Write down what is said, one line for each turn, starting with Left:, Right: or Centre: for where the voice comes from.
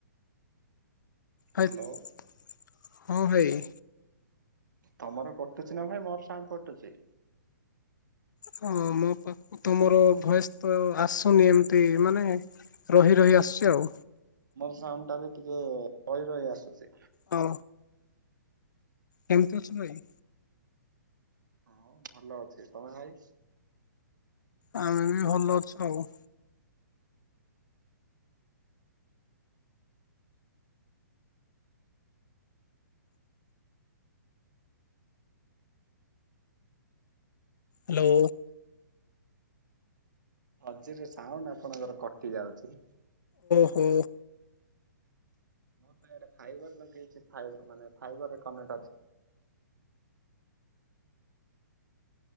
Left: ଫାଇପ
Right: ହ୍ୟାଲୋ
Left: ହଁ ଭାଇ।
Right: ତମର କଟୁଚି ନା ଭାଇ, ମୋର ସାଉଣ୍ଡ କଟୁଚି?
Left: ହଁ ମୋ ପାଖକୁ ତମର ଭଏସ ତ ଆସୁନି ଏମତି ମାନେ ରହି ରହି ଆସୁଚି ଆଉ।
Right: ସାଉଣ୍ଡଟା ବି ଟିକେ ରହି ରହି ଆସୁଛି।
Left: ହଉ। କେମତି ଅଛ ଭାଇ?
Right: ହଁ ଭଲ ଅଛି। ତମେ ଭାଇ?
Left: ଆମେ ବି ଭଲ ଅଛୁ ଆଉ। ହ୍ୟାଲୋ।
Right: ମଝିରେ ସାଉଣ୍ଡ ଆପଣଙ୍କର କଟି ଯାଉଛି।
Left: ହୁଁ।
Right: ମୁଁ ତ ଇଆଡେ ଫାଇବର ଲଗେଇଛି ଫାଇବର ମାନେ ଫାଇବରରେ କନେକ୍ଟ ଅଛି।